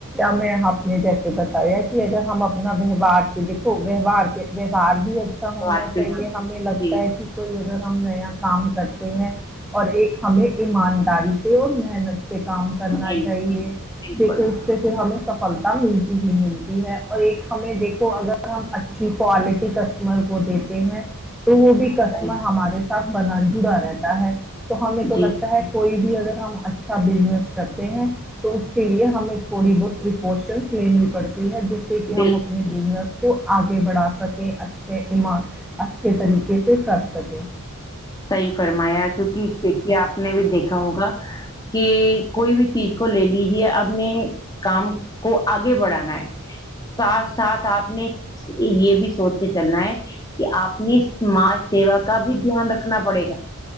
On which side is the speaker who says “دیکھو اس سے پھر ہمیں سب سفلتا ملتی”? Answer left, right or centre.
Centre